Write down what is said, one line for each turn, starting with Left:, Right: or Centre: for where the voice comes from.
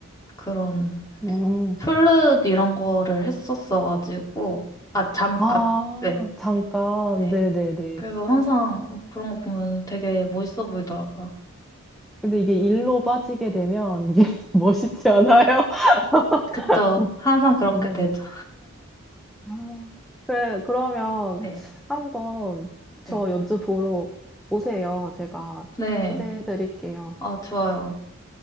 Left: 그런
Centre: 음.
Left: 플룻 이런 거를 했었어가지고 아 잠깐
Centre: 아,
Left: 네.
Centre: 잠깐.
Left: 네.
Centre: 네네네.
Left: 그래서 항상 그런 거 보면 되게 멋있어 보이더라고요.
Centre: 근데 이게 일로 빠지게 되면 이게 <laughs> 멋있지 않아요?
Left: 그쵸.
Centre: <laughs>
Left: 항상 그렇게
Centre: 네.
Left: 되죠.
Centre: 아, 그래, 그러면
Left: 네.
Centre: 한번 저
Left: 네.
Centre: 연주 보러 오세요. 제가
Left: 네.
Centre: 초대해 드릴게요.
Left: 아, 좋아요.